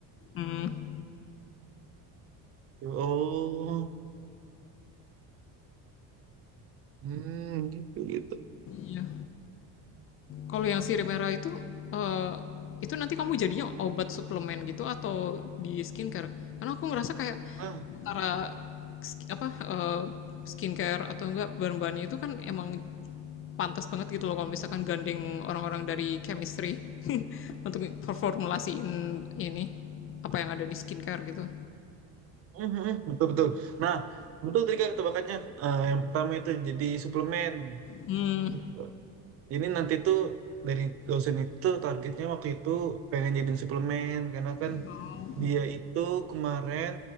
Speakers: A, on the left; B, on the right.
A: Hmm.
B: oh hmm gitu gitu
A: Iya. Kalau yang sirih merah itu eh itu nanti kamu jadinya obat suplemen gitu atau di skincare? Karena aku ngerasa kayak
B: nah
A: antara sk- apa eh, skincare atau enggak bahan-bahannya itu kan emang pantas banget gitu loh kalau misalkan gandeng orang-orang dari chemistry <laughs> untuk performulasiin ini apa yang ada di skincare gitu.
B: mm, mm, betul betul nah betul tadi kan tebakannya Eh, yang pertama itu jadi suplemen
A: Hmm.
B: gitu ini nanti tuh dari dosen itu targetnya waktu itu pengen jadiin suplemen karena kan
A: Oh.
B: dia itu kemarin